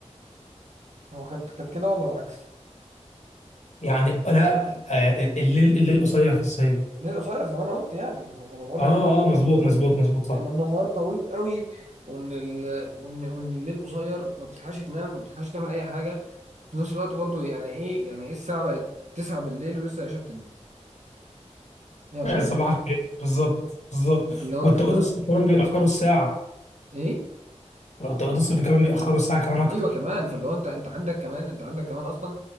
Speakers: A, on the right; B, on the left.
A: هو كانت كانت كده ولا العكس
B: يعني لا آه، الليل الليل قصير في الصعيد
A: ليه قصير زي ما انا قلت يعني ف- فانا بقول
B: اه
A: لك
B: اه آه، مظبوط
A: بقول
B: مظبوط
A: لك
B: مظبوط صح
A: ان النهار طويل قوي وان ال... وان وان الليل قصير ما بتلحقش تنام وما بتلحقش تعمل اي حاجه في نفس الوقت برضو يعني ايه يعني ايه الساعه بقت 9 بالليل ولسه العشاء بتدي يعني
B: <laughs>
A: بجد.
B: صباح الخير بالظبط بالظبط
A: فاللي هو
B: والتوقيت
A: فاللي هو
B: الصيفي كمان بيأخروا الساعة
A: ايه
B: لو التوقيت الصيفي كمان بيأخروا الساعة كمان أكتر
A: ايوه كمان فاللي هو انت انت عندك كمان انت عندك كمان اصلا